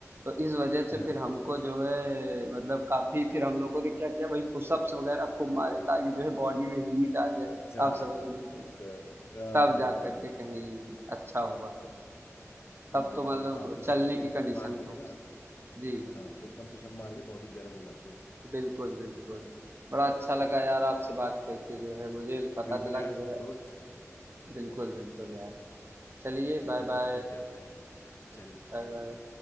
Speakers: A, on the right (about 50°); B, on the left (about 55°).
A: तो इस वजह से
B: हाँ।
A: फिर हमको जो है मतलब काफी फिर हम लोगों ने क्या किया वही पुशअप्स वगैरह खूब मारे ताकि जो है बॉडी में हीट आ जाए
B: अच्छा
A: आप समझ
B: अच्छा
A: लीजिए
B: अच्छा अच्छा हाँ
A: तब
B: मैं
A: जा
B: समझ
A: करके
B: गया
A: कहीं अच्छा हुआ फिर तब
B: बढ़िया
A: तो मतलब
B: बढ़िया हाँ पुशअप्स
A: चलने
B: एकदम
A: की कंडीशन
B: मार
A: में पहुंच
B: के ना
A: जी
B: हाँ एकदम पुशअप मार के बॉडी गर्म हो जाती है
A: बिल्कुल, बिल्कुल।
B: बिल्कुल
A: बड़ा अच्छा लगा
B: सही
A: यार
B: बात है
A: आपसे बात करके जो है मुझे पता
B: बिल्कुल
A: चला
B: यार
A: कि जो है
B: दोस्त
A: बिल्कुल, बिल्कुल यार। चलिए बाय-बाय,
B: है ना फिर करते हैं चलिए
A: बाय-बाय।
B: ओके